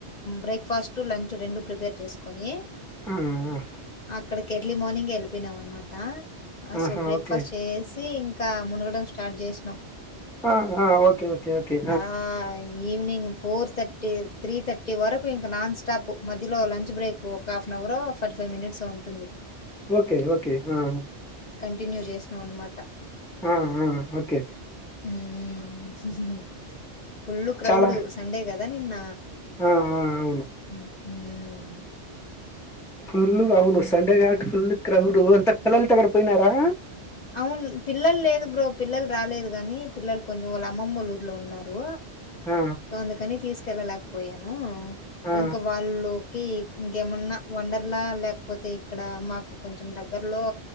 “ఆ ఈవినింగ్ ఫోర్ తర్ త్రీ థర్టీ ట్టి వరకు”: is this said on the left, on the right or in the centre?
Left